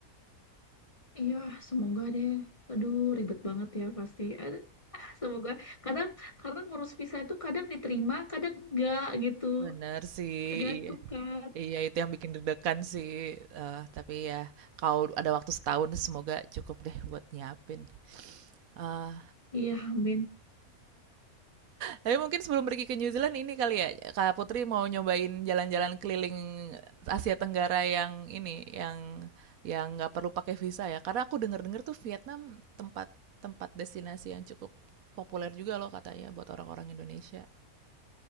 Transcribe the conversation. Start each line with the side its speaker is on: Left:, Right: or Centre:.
Left: iya semoga deh. Aduh ribet banget ya pasti. Aduh, ah, semoga. Kadang karena ngurus visa itu kadang diterima, kadang enggak gitu.
Right: bener sih
Left: Tergantung
Right: iya
Left: kan.
Right: Iya, itu yang bikin deg-degan sih. Eh, tapi ya, kalau ada waktu setahun, semoga cukup deh buat nyiapin. Eh,
Left: Iya, amin.
Right: tapi mungkin sebelum pergi ke New Zealand ini kali ya, Kak Putri mau nyobain jalan-jalan keliling Asia Tenggara yang ini, yang yang nggak perlu pakai visa ya. Karena aku denger-denger tuh Vietnam tempat tempat destinasi yang cukup populer juga loh katanya buat orang-orang Indonesia.